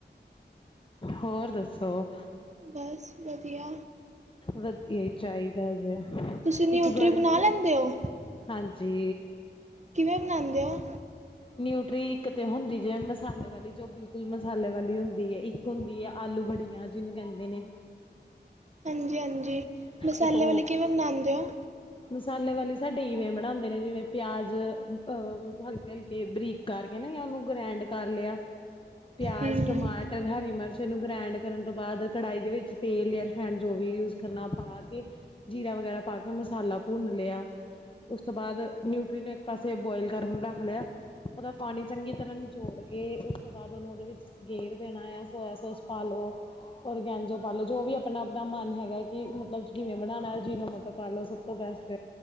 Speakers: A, on the left; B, on the right.
A: ਹੋਰ ਦੱਸੋ?
B: ਬੱਸ ਵਧੀਆ।
A: ਵਧੀਆ ਹੀ ਚਾਹੀਦਾ ਜੇ
B: ਤੁਸੀਂ ਨਿਊਟਰੀ
A: ਇੱਕ ਘਰੇ।
B: ਬਣਾ ਲੈਂਦੇ ਹੋ
A: ਹਾਂਜੀ।
B: ਕਿਵੇਂ ਬਣਾਉਂਦੇ ਹੋ,
A: ਨਿਊਟਰੀ ਇੱਕ ਤੇ ਹੁੰਦੀ ਜੀਵੇ ਮਸਾਲੇ ਵਾਲੀ ਜੋ ਬਿਲਕੁੱਲ ਮਸਾਲੇ ਵਾਲੀ ਹੁੰਦੀ ਹੈ ਇੱਕ ਹੁੰਦੀ ਹੈ ਆਲੂ ਬੜੀਆਂ ਜਿਹਨੂੰ ਕਹਿੰਦੇ ਨੇ
B: ਹਾਂਜੀ ਹਾਂਜੀ ਮਸਾਲੇ
A: ਇੱਕ ਉਹ
B: ਵਾਲੇ ਕਿਵੇਂ ਬਣਾਉਂਦੇ ਹੋ
A: ਮਸਾਲੇ ਵਾਲੀ ਸਾਡੇ ਇਵੇਂ ਬਣਾਉਂਦੇ ਨੇ ਜਿਵੇਂ ਪਿਆਜ ਅਹ ਹਲਕੇ-ਹਲਕੇ ਕੇ ਬਰੀਕ ਕਰਕੇ ਨਾ ਓਨੂੰ ਗ੍ਰੈਂਡ ਕਰ ਲਿਆ ਪਿਆਜ,
B: ਹੂੰ,
A: ਟਮਾਟਰ, ਹਰੀ ਮਿਰਚ ਇਹਨੂੰ ਗ੍ਰੈਂਡ ਕਰਨ ਤੋਂ ਬਾਅਦ ਕੱੜਾਹੀ ਦੇ ਵਿੱਚ ਤੇਲ ਜਾਂ ਰਿਫੈਡ ਜੋ ਵੀ ਯੂਜ਼ ਕਰਨਾ ਉਹ ਪਾ ਕੇ ਜੀਰਾ ਵਗੈਰਾ ਪਾ ਕੇ ਮਸਾਲਾ ਭੁੰਨ ਲਿਆ ਉਸ ਤੋਂ ਬਾਅਦ ਨਿਊਟਰੀ ਨੂੰ ਇੱਕ ਪਾਸੇ ਬੋਆਇਲ ਕਰਨ ਰੱਖ ਲਿਆ, ਉਹਦਾ ਪਾਣੀ ਚੰਗੀ ਤਰ੍ਹਾਂ ਨਿਚੋੜ ਕੇ ਉਸ ਤੋਂ ਬਾਅਦ ਉਹਨੂੰ ਉਹਦੇ ਵਿੱਚ ਗੇਰ ਦੇਣਾ ਆ ਸੋਇਆ ਸੋਸ ਪਾਲੋ ਔਰਗੈਂਜੋ ਪਾਲੋ ਜੋ ਵੀ ਆਪਣਾ ਆਪਣਾ ਮਨ ਹੈਗਾ ਕਿ ਮੱਤਲਬ ਕਿਵੇਂ ਬਣਾਉਣਾ ਅਜੀਨੋ ਮੋਟੋ ਪਾਲੋ ਸੱਬ ਸੱਬ ਤੋਂ ਬੈਸਟ